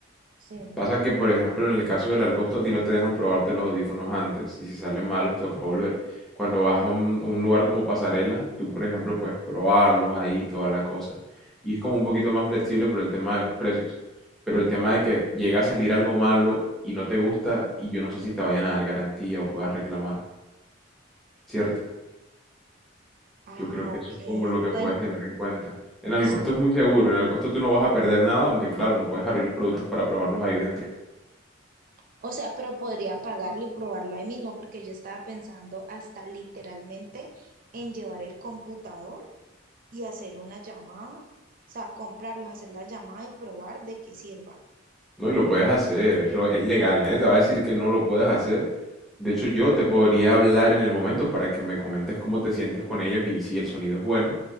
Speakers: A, on the right (about 45°); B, in the centre.
A: sé.
B: Pasa que, por ejemplo, en el caso del Algosto, a ti no te dejan probarte los audífonos antes y si salen malos toca volver. Cuando vas a un, un lugar como Pasarela, tú, por ejemplo, puedes probarlos ahí, toda la cosa. Y es como un poquito más flexible por el tema de los precios. Pero el tema de que llega a salir algo malo y no te gusta y yo no sé si te vayan a dar garantía o puedas reclamar, ¿cierto?
A: Ah,
B: Yo creo que
A: ok.
B: eso es como lo que
A: Bueno,
B: puedes tener en cuenta. En Alcosto
A: pues,
B: es muy
A: sí.
B: seguro, en Alcosto tú no vas a perder nada, aunque claro, no puedes abrir los productos para probarlos ahí dentro.
A: O sea, pero podría pagarlo y probarlo ahí mismo, porque yo estaba pensando hasta literalmente en llevar el computador y hacer una llamada, o sea, comprarlos, hacer la llamada y probar de qué sirvan.
B: No, y lo puedes hacer, es, lo- es legal, nadie te va a decir que no lo puedes hacer. De
A: Ajá.
B: hecho, yo te podría hablar en el momento para que me comentes cómo te sientes con ellos y si el sonido es bueno.